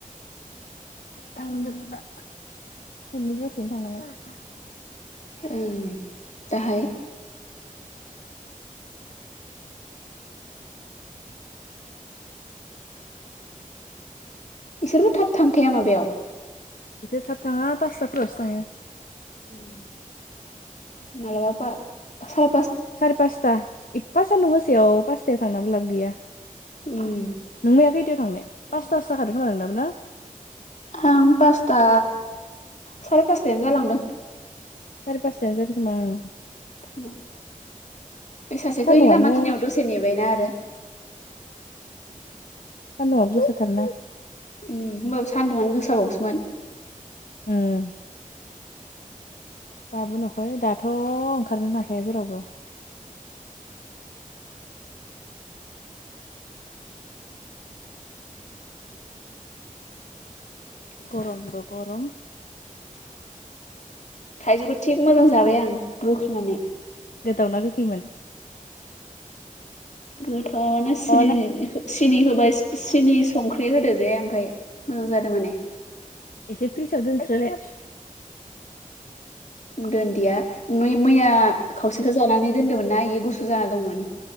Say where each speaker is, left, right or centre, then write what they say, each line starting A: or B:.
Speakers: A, on the left; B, on the left.
A: थांनांगोना इनि द्रेसजोंनो थांनांगोन
B: उम जाहाय बिसोरबो थाब थांखाया माबायाव
A: बिसोर थाब थाङा पासथाफोरावसो थाङो
B: उम मालाबा सार
A: सारि पासता इफा सान्दुं गोसेयाव पास खथायाव थांनाबो लाब गैया
B: उम
A: नों मैया खैथायाव थांनो पासतासो जाखादों खोमा नोंनाबो ना
B: आं पासता साराय पासतायानो जालांदों
A: सारि फासजतायानो जादोंखोमा ओं
B: <unintelligible> बै सासेखौ
A: सान्दुंआनो
B: लामा खिनियाव दसे नेबायना आरो
A: सानदुंआबो गोसाथार ना
B: होनोमबाबो सान्दुंआनो गोसाबावसोमोन
A: उम दाबो नुवाखै दाथ' ओंखारनो हाखाया जेरावबो
B: <inaudible>
A: गरमबो गरम
B: थाइजौखौ थिग मोजां जाबाय आं रुखिनानै
A: गोदैना गोखैमोन
B: गोथाआनो सिनि
A: अ
B: सिनि होबाय सिनि संख्रि होदो जे ओमफ्राय मोजां जादों माने
A: एसे फ्रिसाव दोनस्रालाय
B: दोनदिया मैया खावसेखौ जानानै दोन्दोंमोनना बेयो गुसु जाना दंमोन